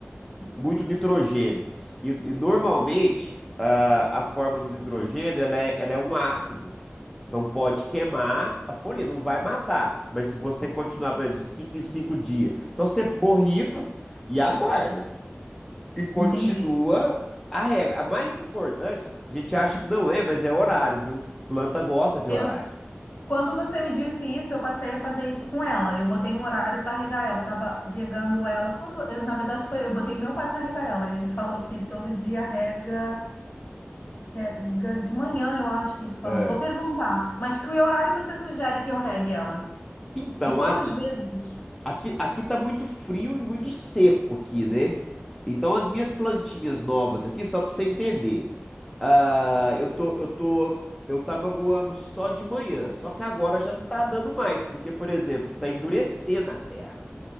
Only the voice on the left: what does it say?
entendi.
Eu,
quando você me disse isso, eu passei a fazer isso com ela. Eu botei um horário para regar ela, tava regando ela. Quando, eu, na verdade, foi, eu botei meu pai para regar ela. E ele falou que todo dia rega, rega de manhã, eu acho que ele falou.
Vou perguntar, mas que horário você sugere que eu regue ela?
E quantas
vezes?